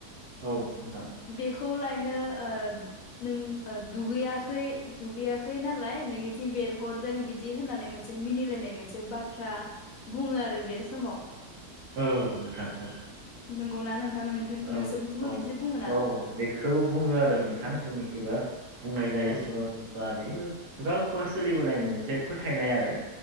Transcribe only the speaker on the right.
औ नोंथां
औ नोंथां औ।
औ औ
औ बेखौ बुङो आरो नोंथां जोंनिखिबा बुंनाय जायो
सरासन बेयो खुगा खुगा सोलिबोनाय मोनसे फोथायनाय आरो